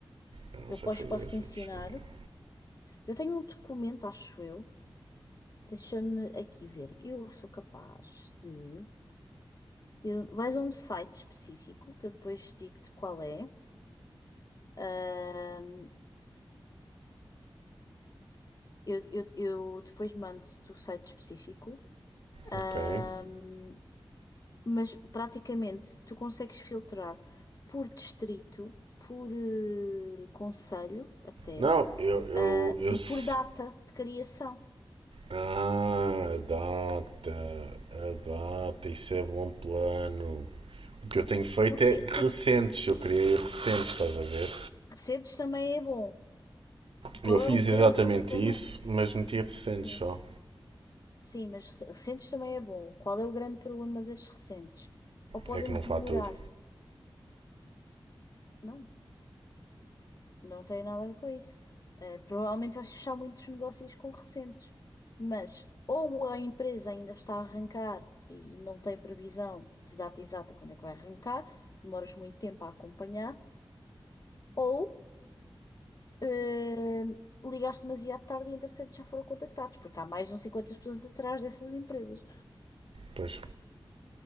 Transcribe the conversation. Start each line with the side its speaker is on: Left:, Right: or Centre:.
Right: Eu não
Left: Eu
Right: sei
Left: posso,
Right: fazer
Left: posso
Right: essa
Left: te ensinar.
Right: pesquisa.
Left: Eu tenho um documento, acho eu. Deixa-me aqui ver. Eu sou capaz de. Eu- vais a um site específico que eu depois digo-te qual é. Ahm, eu, eu, eu depois mando-te o site específico. Ahm,
Right: Ok.
Left: mas praticamente tu consegues filtrar por distrito, por eh, conselho até,
Right: Não, eu. eu,
Left: ah,
Right: eu
Left: e
Right: se-
Left: por data de criação.
Right: ah, a data. A data, isso é bom plano. O que eu tenho feito
Left: Porquê?
Right: é recentes.
Left: Porque
Right: Eu criei recentes, estás a ver?
Left: Recedes também é bom.
Right: Eu
Left: Qual
Right: fiz
Left: é o grande
Right: exatamente
Left: problema?
Right: isso, mas meti recentes
Left: Sim,
Right: só.
Left: sim, mas re- recentes também é bom. Qual é o grande problema das recentes? Ou podem
Right: É que não
Left: demorar?
Right: faturo.
Left: Não, não tem nada a ver com isso. Eh, provavelmente vais fechar muitos negócios com recentes, mas ou a empresa ainda está a arrancar e não tem previsão de data exata quando é que vai arrancar, demoras muito tempo a acompanhar, ou eh, ligaste demasiado tarde e entretanto já foram contactados, porque há mais de uns 50 pessoas atrás dessas empresas.
Right: Pois,